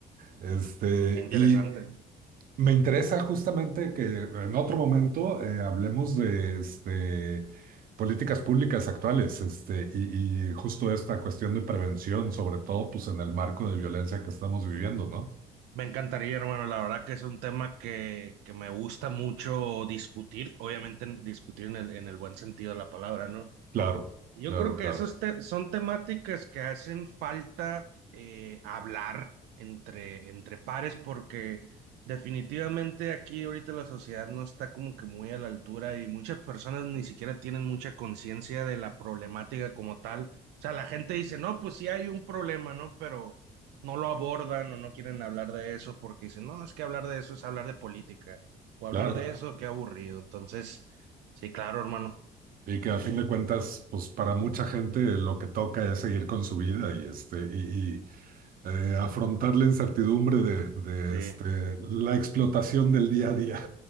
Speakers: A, on the right; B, on the right.
A: Este,
B: Qué Interesante.
A: y Me interesa justamente que en otro momento eh, hablemos de este, políticas públicas actuales, este, y, y justo esta cuestión de prevención, sobre todo pues en el marco de violencia que estamos viviendo, ¿no?
B: Me encantaría, hermano. La verdad que es un tema que, que me gusta mucho discutir. Obviamente en- discutir en el, en el buen sentido de la palabra, ¿no?
A: Claro,
B: Yo
A: claro,
B: creo que
A: claro,
B: esas te- son temáticas que hacen falta eh, hablar entre, entre pares porque definitivamente aquí ahorita la sociedad no está como que muy a la altura y muchas personas ni siquiera tienen mucha conciencia de la problemática como tal. O sea, la gente dice, no, pues sí hay un problema, ¿no? Pero no lo abordan o no quieren hablar de eso porque dicen, no, es que hablar de eso es hablar de política o hablar
A: claro.
B: de eso, qué aburrido. Entonces, sí, claro, hermano.
A: Y que a fin de cuentas, pues para mucha gente lo que toca es seguir con su vida y este, y, y, eh, afrontar la incertidumbre de, de
B: Sí.
A: este, la explotación del día a día.